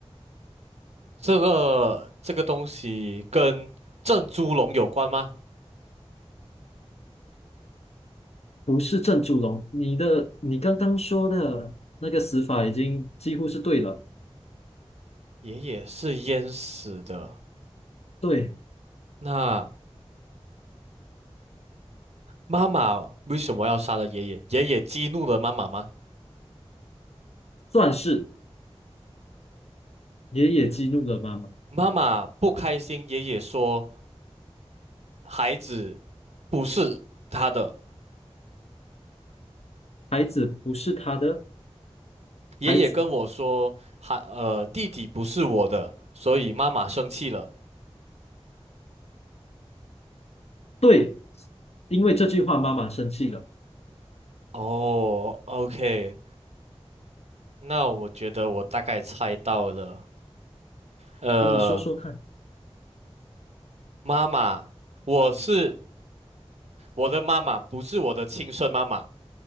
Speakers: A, on the right (about 80°); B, on the left (about 70°).
A: 这个这个东西跟郑猪笼有关吗？
B: 不是郑祖龙。你的你刚刚说的那个死法已经几乎是对了，
A: 爷爷是淹死的。
B: 对，
A: 那妈妈为什么要杀了爷爷？爷爷激怒了妈妈吗？
B: 算是爷爷激怒了妈妈，
A: 妈妈不开心，爷爷说孩子不是他的。
B: 孩子不是他的
A: 爷爷跟我说，
B: 孩子，
A: 孩呃弟弟不是我的，所以妈妈生气了。
B: 对，因为这句话妈妈生气了。
A: 哦，OK，那我觉得我大概猜到了，呃，
B: 你说说看，
A: 妈妈，我是我的妈妈，不是我的亲生妈妈，